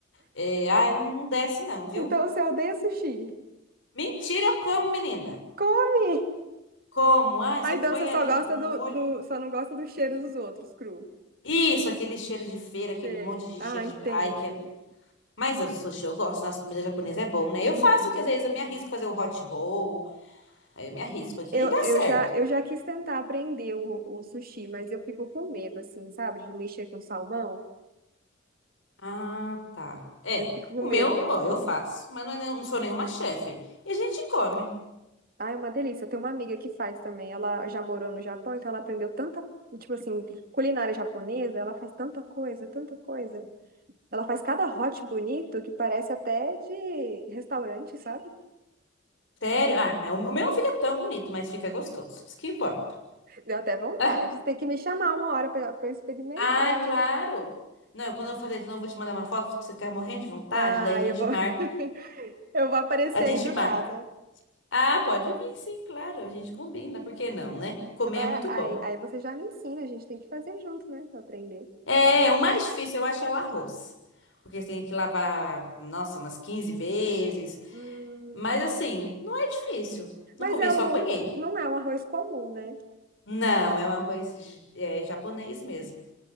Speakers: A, on the left; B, on the right.
A: É, ai, não não desce não, viu?
B: Então você odeia sushi.
A: Mentira, eu como, menina.
B: Come!
A: Como? Ai,
B: Ah,
A: você
B: então
A: põe
B: você só
A: ali
B: gosta
A: um um
B: do,
A: molho.
B: do, só não gosta do cheiro dos outros, cru.
A: Isso, aquele cheiro de feira, aquele
B: Sei.
A: monte de
B: Ah,
A: cheiro
B: entendi.
A: de. Ai, que é... Mas o sushi eu gosto, nossa comida japonesa é bom, né?
B: Uhum.
A: Eu faço que às vezes eu me arrisco a fazer um hot roll, aí eu me arrisco aqui
B: Eu,
A: e dá
B: eu
A: certo.
B: já, eu já quis tentar aprender o, o sushi, mas eu fico com medo, assim, sabe? De mexer com salmão.
A: Ah, tá. É,
B: Eu fico com
A: o
B: medo.
A: meu, ó, eu faço, mas não, é nenhum- não sou nenhuma chefe. E a gente come.
B: Ah, é uma delícia. Eu tenho uma amiga que faz também. Ela já morou no Japão, então ela aprendeu tanta, tipo assim, culinária japonesa. Ela faz tanta coisa, tanta coisa. Ela faz cada hot bonito que parece até de restaurante, sabe?
A: Sério? Ah, o o meu não fica tão bonito, mas fica gostoso. Isso que importa.
B: Deu até vontade.
A: Ah,
B: Você Tem que me chamar uma hora pra, pra eu experimentar,
A: ah, claro.
B: hein?
A: Não, eu- quando eu fazer de novo, vou te mandar uma foto pra você ficar morrendo de vontade.
B: Ah,
A: Daí a gente
B: eu vou,
A: marca.
B: <laughs> eu vou aparecer
A: A gente
B: aí do
A: marca.
B: nada.
A: Ah, pode vir, sim, claro. A gente combina. Por que não, né? Comer
B: Vai,
A: é muito
B: aí,
A: bom.
B: aí você já me ensina, a gente tem que fazer junto, né? Pra aprender.
A: É, o mais difícil eu acho é o arroz. Porque você tem que lavar, nossa, umas 15 vezes.
B: Hum,
A: Mas assim, não é difícil.
B: mas
A: No começo
B: é o,
A: eu apanhei.
B: não é um arroz comum, né?
A: Não, é um arroz j- é, japonês mesmo.